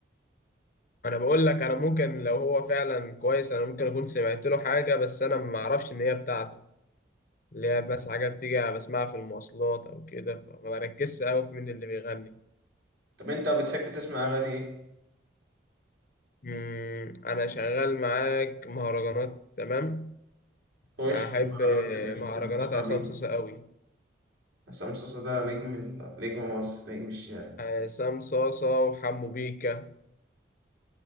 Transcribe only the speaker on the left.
انا بقول لك انا ممكن لو هو فعلا كويس انا ممكن اكون سمعت له حاجه بس انا ما اعرفش ان هي بتاعته اللي هي بس حاجه بتيجي بسمعها في المواصلات او كده فما بركزش قوي في مين اللي بيغني
مم، انا شغال معاك مهرجانات تمام
بحب
مهرجانات
عصام
صاصا قوي
عصام صاصا وحمو بيكا